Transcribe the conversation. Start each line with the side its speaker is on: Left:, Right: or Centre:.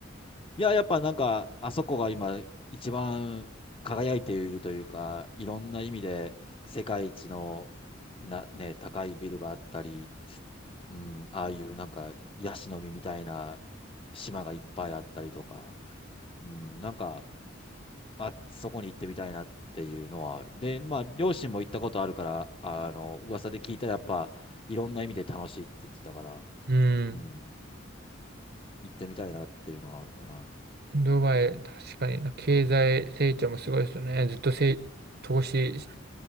Left: いや、やっぱなんか、あそこが今一番輝いているというか、いろんな意味で世界一のな、ね、高いビルがあったり、うん、ああいうなんか、ヤシの実みたいな島がいっぱいあったりとか、うん、なんか、あ、そこに行ってみたいなっていうのはある。で、まあ、両親も行ったことあるから、あの、噂で聞いたらやっぱ、いろんな意味で楽しいって言ってたから、
Right: うん。
Left: うん、行ってみたいなっていうのはあるかな。
Right: ドバイ、確かにな、経済成長もすごいですよね。ずっとせ、
Left: うん、
Right: 投資し、